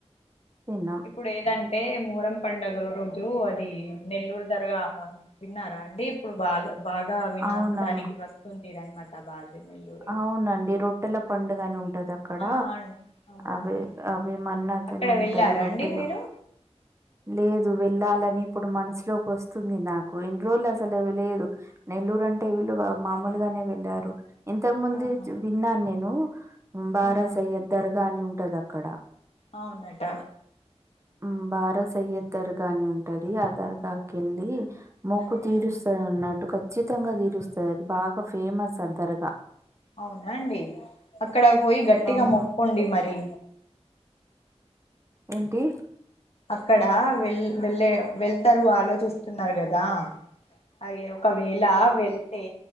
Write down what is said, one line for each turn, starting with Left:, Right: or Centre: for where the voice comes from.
Right: తిన్నాం
Left: ఇప్పుడు ఏదంటే మూరం పండుగల రోజు అది నెల్లూరు ధరగా విన్నారఅండి ఇప్పుడు బాల బాగా విన
Right: అవునమ్మా
Left: డానికి వస్తుంది రైమతాబాద్ నెల్లూరు
Right: అవునండి రొ ట్టల పండుగనే ఉంటది అక్ అక్కడ
Left: ఆ అవునండి
Right: అవి అవి మన్నతని
Left: అక్కడ
Right: ఉంటది
Left: వెళ్ళారా
Right: రొట్టెలో
Left: అండి మీరు
Right: లేదు వెళ్ళాలని ఇప్పుడు మనసులోకి వస్ వస్తుంది నాకు ఇన్ని రోజులు అసలు లేదు నెల్లూరు అంటే వీళ్లుు మామూలుగానే వెళ్ళారు ఇంతకు ముంది
Left: ఆహా
Right: విన్నాను నేను మ్మ్ బారా
Left: ఆహా
Right: సయ్యద్ దర్గా అని ఉంటది అక్కడ
Left: అవునట
Right: మ్మ్ భారత్ సయ్యద్ దర్గా అని ఉంటది ఆ ధర్ దాకింది మొక్కు
Left: ఉహు
Right: తీరుస్తన్నట్టు క ఖచ్చితంగా తీరుస్తది అది బాగా ఫేమస్ అది దర్గా
Left: అవునా అండి అక్కడ పోయి గట్టిగా
Right: అవును
Left: మొక్కుండి మరి
Right: ఏంటి
Left: అక్కడ వెల్ వెళ్ళే వెళ్తారు ఆలోచిస్తున్నారు కదా అయ్యో ఒకవేళ వెళ్తే